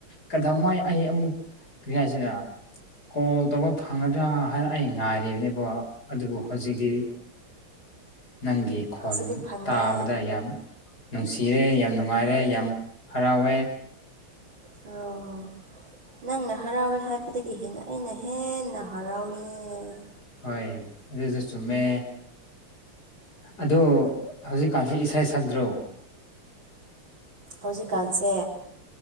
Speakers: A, on the left; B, on the right.
A: ꯀꯗꯧꯉꯩ ꯑꯩ ꯑꯃꯨꯛ ꯀ꯭ꯔꯤꯍꯥꯏꯁꯤꯔ ꯀꯣꯜ ꯇꯧꯕ ꯐꯪꯒꯗ꯭ꯔꯥ ꯍꯥꯏꯅ ꯑꯩ ꯉꯥꯏꯔꯤꯕꯅꯦꯕ ꯑꯗꯨꯕꯨ ꯍꯧꯖꯤꯛꯇꯤ ꯅꯪꯒꯤ ꯈꯣꯟ
B: ꯍꯧꯖꯤꯛꯇꯤ ꯐꯪꯉꯦ
A: ꯇꯥꯕꯗ ꯌꯥꯝ ꯅꯨꯡꯁꯤꯔꯦ ꯌꯥꯝ ꯅꯨꯡꯉꯥꯏꯔꯦ ꯌꯥꯝ ꯍꯔꯥꯎꯋꯦ
B: ꯑꯣ ꯅꯪꯅ ꯍꯔꯥꯎꯋꯦ ꯍꯥꯏꯕꯗꯒꯤ ꯍꯦꯟꯅ ꯑꯩꯅ ꯍꯦꯟꯅ ꯍꯔꯥꯎꯋ‌ꯦ
A: ꯍꯣꯏ ꯑꯗꯨꯖꯨ ꯆꯨꯝꯃꯦ ꯑꯗꯣ ꯍꯧꯖꯤꯛꯀꯥꯟꯁꯤ ꯏꯁꯩ ꯁꯛꯗ꯭ꯔꯣ
B: ꯍꯧꯖꯤꯛꯀꯥꯟꯁꯦ